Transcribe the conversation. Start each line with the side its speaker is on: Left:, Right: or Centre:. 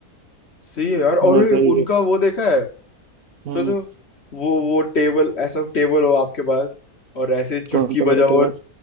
Left: सही है यार और
Right: मजा
Left: ये
Right: ही
Left: उनका
Right: है।
Left: वो देखा है
Right: हम्म
Left: सोचो वो वो टेबल ऐसा टेबल हो आपके पास और ऐसे चुटकी
Right: कौन सा
Left: बजाओ
Right: वाला टेबल
Left: और